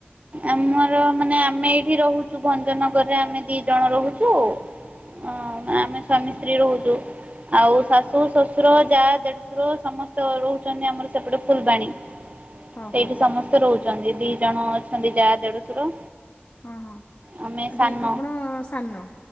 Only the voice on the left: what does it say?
ହଁ
ହଁ ହଁ
ହଁ, ହଁ
ଆ,
ଦି ଆପଣ ସାନ?